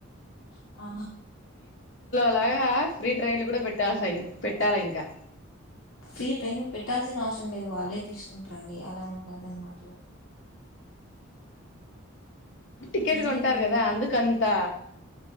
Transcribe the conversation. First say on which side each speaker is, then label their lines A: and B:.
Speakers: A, on the left; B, on the left.
A: ఆ
B: అలాగా ఫ్రీ ట్రైన్లు కూడా పెట్టాలి పెట్టాలా ఇంకా
A: ఫ్రీ ట్రైన్ పెట్టాల్సిన అవసరం లేదు వాళ్ళే తీసుకుంటారండి అలా ఉంటద అనమాటలు
B: టికెట్
A: ఏం
B: కొంటారు
A: జరిగింది
B: కదా అందు అంతా